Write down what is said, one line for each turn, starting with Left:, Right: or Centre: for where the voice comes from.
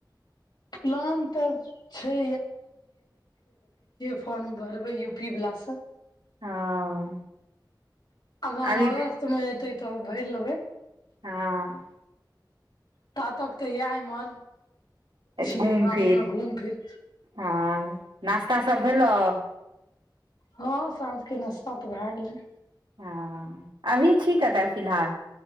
Left: प्लान तऽ छै फोरम भरबै यू पी वालासँ
Right: हँ
Left: अगम
Right: अभी
Left: अगस्तमे एतै तऽ भैर लेबै
Right: हँ
Left: ता तक तऽ आ इम्हर <inaudible> छियै
Right: घूम
Left: गामे
Right: फिर
Left: मे घूम फिर
Right: हँ अ नाश्ता सभ भेलहु
Left: हँ साँझके नाश्ता तऽ भए गेलै
Right: हँ अभी छी कतय फिलहाल